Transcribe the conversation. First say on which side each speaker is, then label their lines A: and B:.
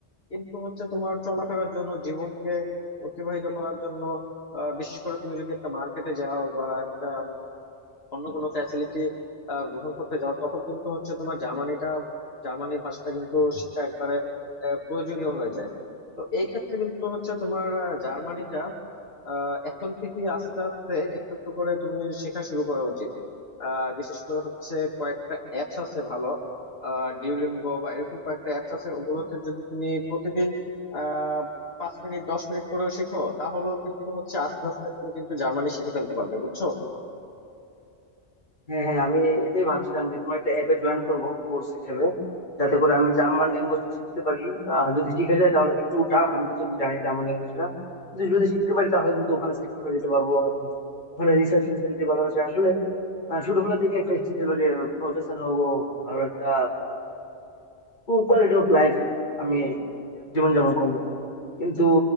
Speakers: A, on the left; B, on the left.
A: কিন্তু হচ্ছে তোমার চলাফেরার জন্য জীবনকে অতিবাহিত করার জন্য আহ, বিশেষ করে তুমি যদি একটা মার্কেটে যাও বা একটা অন্য কোনো ফ্যাসিলিটি গ্রহণ করতে যাও তখন কিন্তু হচ্ছে তোমার জার্মানিটা জার্মানি ভাষাটা কিন্তু শেখা একবারে আহ, প্রয়োজনীয় হয়ে যায় তো এই ক্ষেত্রে কিন্তু হচ্ছে তোমার আহ, জার্মানিটা আহ, এখন থেকে আস্তে আস্তে একটু একটু করে তুমি শেখা শুরু করা উচিত আহ, বিশেষ করে হচ্ছে কয়েকটা অ্যাপস আছে ভালো ডিউলিঙ্গো বা এরকম কয়েকটা অ্যাপস আছে ওগুলোতে যদি তুমি প্রতিদিন আহ পাঁচ মিনিট দশ মিনিট করেও শিখো তাহলেও কিন্তু হচ্ছে আস্তে আস্তে তুমি কিন্তু জার্মানি শিখে ফেলতে পারবে বুঝছো
B: হ্যাঁ হ্যাঁ আমি এটাই ভাবছিলাম যে কোনো একটা অ্যাপে জয়েন করব কোর্স হিসেবে যাতে করে আমি জার্মান ল্যাঙ্গুয়েজটা শিখতে পারি আর যদি শিখে যায় তাহলে একটু টাফ আমি তো জানি জার্মান ল্যাঙ্গুয়েজটা কিন্তু যদি শিখতে পারি তাহলে কিন্তু ওখানে সেটেল হয়ে যেতে পারবো এবং ওখানে রিসার্চ ফেসিলিটি ভালো আছে আসলে আহ, ছোটবেলা থেকে একটা ইচ্ছে ছিল যে প্রফেসর হব ভালো একটা কোয়ালিটি অফ লাইফ আমি জীবনযাপন করব কিন্তু